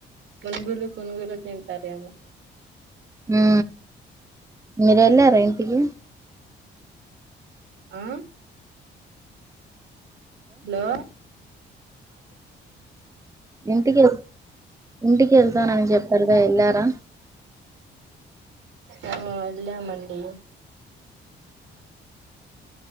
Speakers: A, on the right; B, on the right.
A: పునుగులు తునుగులు తింటారేమో
B: ఆ మీరెళ్ళారా ఇంటికి
A: ఆ హలో
B: ఇంటికి వె ఇంటికి వెళ్తానని చెప్పారు వెళ్ళారా
A: ఆ ఎళ్ళామండి